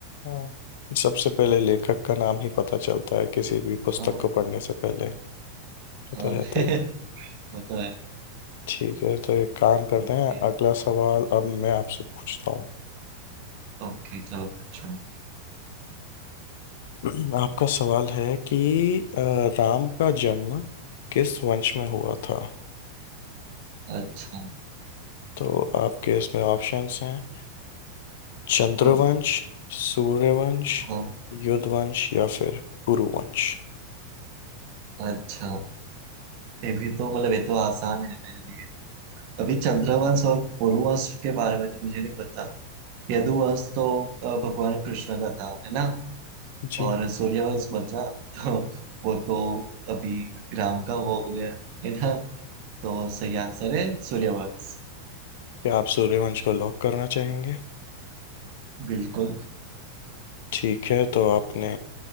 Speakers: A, on the left (about 55°); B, on the right (about 45°).
A: हाँ सबसे पहले लेखक का नाम ही पता चलता है किसी भी पुस्तक
B: हाँ
A: को पढ़ने से पहले ये
B: हाँ
A: तो रहता
B: <laughs>
A: ही है
B: वो तो है
A: ठीक है तो एक काम करते
B: ओके
A: हैं अगला सवाल अब मैं आपसे पूछता हूँ
B: ओके चलो पूछो
A: <clears throat> आपका सवाल है कि अ, राम का जन्म किस वंश में हुआ था
B: अच्छा
A: तो आपके इसमें ऑप्शंस हैं चंद्रवंश
B: हाँ
A: सूर्यवंश
B: हाँ
A: युद्धवंश या फिर पुरुवंश
B: अच्छा ये भी तो मतलब ये तो आसान है मेरे लिए अभी चंद्रवंश और पुरुवंश के बारे में तो मुझे नहीं पता यदुवंश तो अ, भगवान कृष्ण का था है ना
A: जी
B: और सूर्यवंश बचा तो वो तो अभी राम का वो हो गया है ना तो सही आंसर है सूर्यवंश
A: क्या आप सूर्यवंश को लॉक करना चाहेंगे
B: बिल्कुल
A: ठीक है तो आपने